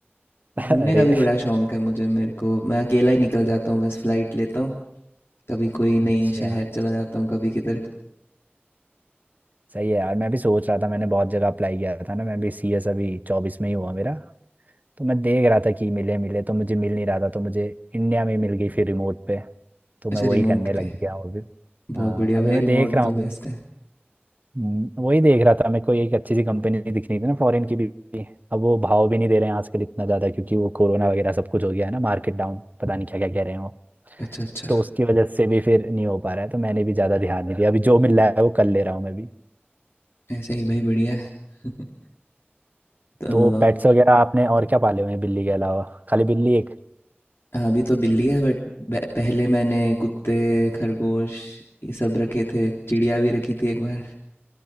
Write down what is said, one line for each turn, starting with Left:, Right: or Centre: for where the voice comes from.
Right: <laughs>
Left: घूमने
Right: अरे
Left: का भी बड़ा शौक है मुझे मेरे को मैं अकेला ही निकल जाता हूँ बस फ्लाइट लेता हूँ कभी कोई
Right: अच्छा
Left: नई शहर चला जाता हूँ कभी किधर
Right: सही है यार मैं भी सोच रहा था मैंने बहुत जगह अप्लाई किया था ना मैं भी सीएस अभी चौबीस में ही हुआ मेरा तो मैं देख रहा था कि मिले मिले तो मुझे मिल नहीं रहा था तो मुझे इंडिया में मिल गई फिर रिमोट पे तो मैं
Left: अच्छा
Right: वही
Left: रिमोट
Right: करने लग
Left: पे
Right: गया हूँ अभी
Left: बहुत
Right: हाँ
Left: बढ़िया
Right: अभी
Left: भाई
Right: मैं
Left: रिमोट
Right: देख रहा
Left: तो
Right: हूँ
Left: बेस्ट
Right: अभी
Left: है
Right: हम्म, वही देख रहा था मेरे को एक अच्छी सी कंपनी दिख रही थी ना फॉरेन की भी भी। अब वो भाव भी नहीं दे रहे हैं आजकल इतना ज़्यादा क्योंकि वो कोरोना वगैरह सब कुछ हो गया है ना मार्केट डाउन पता नहीं क्या क्या कह रहे हैं वो
Left: अच्छा अच्छा
Right: तो उसकी वजह से भी फिर नहीं हो पा रहा है तो मैंने भी ज़्यादा ध्यान नहीं दिया अभी जो मिल रहा है वो कर ले रहा हूँ मैं भी
Left: ऐसे ही भाई बढ़िया है <laughs> तो
Right: तो पेट्स वगैरह आपने और क्या पाले हुए हैं बिल्ली के अलावा खाली बिल्ली एक
Left: हाँ अभी तो बिल्ली है बट पहले मैंने कुत्ते खरगोश ये सब रखे थे चिड़िया भी रखी थी एक बार